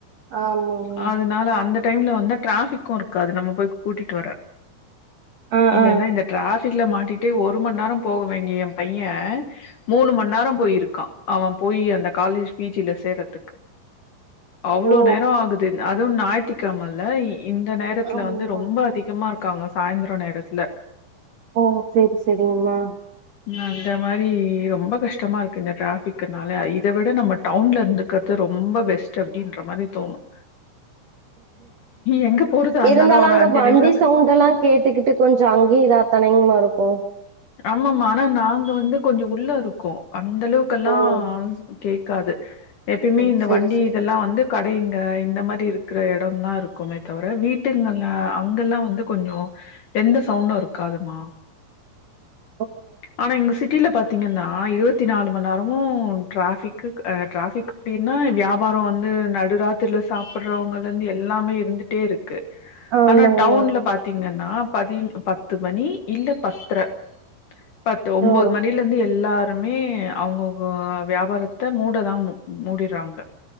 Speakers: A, on the right; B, on the left.
A: ஆமாங்மா
B: அதனால அந்த டைம்ல வந்து டிராபிக்கு இருக்காது நம்ம போய் கூட்டிட்டு வர
A: ஆ
B: இல்லன்னா
A: ஆ
B: இந்த டிராஸ் க்கல மாட்டிட்டு ஒரு மண் நேரோ போக வேண்டிய எம் பைய மூணு மண் நேரோ போயிருக்கா அவம் போயி அந்த காலேஜ் பிஜில சேர்றதுக்கு அவ்ளோ
A: ஓ
B: நேரோ ஆகுது இந் அதுவும் ஞாயித்துக்கெழமல்ல இந்த நேரத்துல
A: ஆமா
B: வந்து ரொம்ப அதிகமா இருக் க்காங்க சாயிந்துரோ நேரத்துல
A: ஓ சேரி சேரிங்மா
B: அந்த மாரி ரொம்ப கஷ்டமா இருக்கு இந்த டிராபிக்னால இத விட நம்ம டவுன்ல இருந்துக்கறது ரொம்ப பெஸ் அப்படின்ற மாதிரி தோணும் எங்க போறதா இருந்தாலு
A: இருந்தாலும்
B: ஒரு
A: அங்க
B: அஞ்சு
A: வண்டி
B: நிமிஷோ
A: சவுண்டல்லாம் கேட்டுக்கிட்டு கொஞ்சம் அங்கேய இதானங்கமா இருக்கும் ஓ
B: ஆமாமா ஆனா நாங்க வந்து கொஞ்சம் உள்ள இருக்கோம் அந்த அளவுக்குல்லாம்
A: ஓ
B: கேக்காது எப்பயுமே
A: ஓ
B: இந்த
A: செரி
B: வண்டி
A: செரிங்க
B: இதெல்லாம் வந்து கடைங்க அ இந்த மாதிரி இருக்கிற இடம் தான் இருக்குமே தவிர வீட்டுங்கல அங்கல்லாம் வந்து கொஞ்சம் எந்த சவுண்டும் இருக்காதுமா
A: அஹ்
B: ஆனா எங்க சிட்டியில் பார்த்திங்கன்னா இருபத்தி நாலு மணி நேரமும் ட்ராஃபிக்கு ட்ராஃபிக் அப்படின்னா வியாபாரம் வந்து நடுராத்திரில சாப்பிடுறவங்கல இருந்து எல்லாமே இருந்துட்டே இருக்கு
A: ஆமாங்கமா
B: ஆனா டவுன்ல பாத்தீங்கன்னா பதி பத்து மணி இல்ல பத்தரை பத்து ஒன்பது
A: ஓ
B: மணில இருந்து எல்லாரும் எல்லாருமே அவங்கவங்க வியாபாரத்தை மூடதான் மூடிடுறாங்க